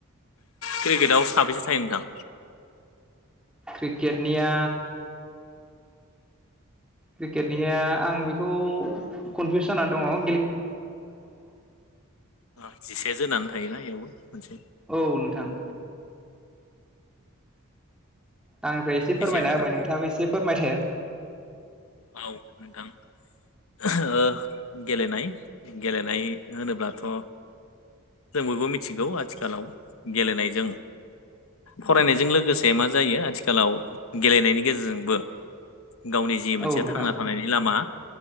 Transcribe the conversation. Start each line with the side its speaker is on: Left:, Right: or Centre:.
Left: क्रिकेटाव साबेसे थायो नोंथां?
Centre: क्रिकेटनिया क्रिकेटनिया आं बेखौ कनफ्युस जाना दङ <unintelligible>
Left: <unintelligible> जोनानै थायोना बेयावबो मोनसे।
Centre: औ नोंथां। आंनिफ्राय एसे
Left: जिसे
Centre: फोरमायना
Left: जोनानै
Centre: होबाय नोंथाङाबो
Left: थायो
Centre: एसे फोरमायदो।
Left: औ नोंथां। <unintelligible> गेलेनाय गेलेनाय होनोब्लाथ' जों बयबो मिथिगौ आथिखालाव गेलेनायजों फरायनायजों लोगोसे मा जायो आथिखालाव गेलेनायनि गेजेरजोंबो गावनि जि
Centre: औ
Left: मोनसे
Centre: नोंथां
Left: थांना थानायनि लामा